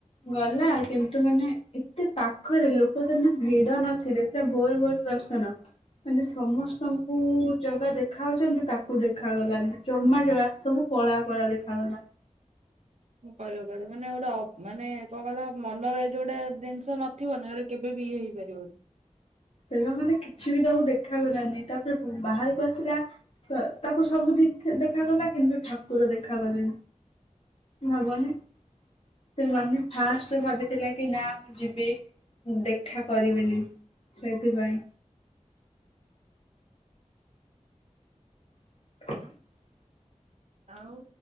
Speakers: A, on the left; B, on the right.
A: ଗଲା କିନ୍ତୁ ମାନେ ଏତେ ପାଖରେ ଲୋକ ସେଦିନ ଭିଡ ନଥିଲେ। ପୁରା ଭୋରୁ ଭୋରୁ ଦର୍ଶନ। ମାନେ ସମସ୍ତଙ୍କୁ ଜାଗା ଦେଖାଯାଉଛନ୍ତି ତାକୁ ଦେଖାଗଲାନି। ହମା ଜଗା ସବୁ କଳା କଳା ଦେଖାାଗଲା।
B: କଇବକହିଲ ମାନେଅପ୍ ଗୋଟେ ଅ ମାନେ କଁ କଇଲ ମନର ଏ ଯୋଉଟା ଜିନିସ ନଥିବ ନା ଏଡ଼େ କେବେ ବି ଇଏ ହେଇପାରିବନି।
A: ଏବେ ମାନେ କିଛି ବି ତାକୁ ଦେଖାଗଲାନି ତାପରେ ବାହାରକୁ ଆସିଲା। ଥୁଆ ତାକୁ ସବୁ ଦିଖା ଦେଖାଗଲା କିନ୍ତୁ ଠାକୁର ଦେଖାଗଲେନି। ହବନି ସେ ମାନେ ଫାଷ୍ଟ୍ ଭାବିଥିଲା କି ନା ମୁଁ ଯିବି। ଉଁ ଦେଖା ପରିବେନି ସେଇଥିପାଇଁ। <inaudible>
B: ଆଉ।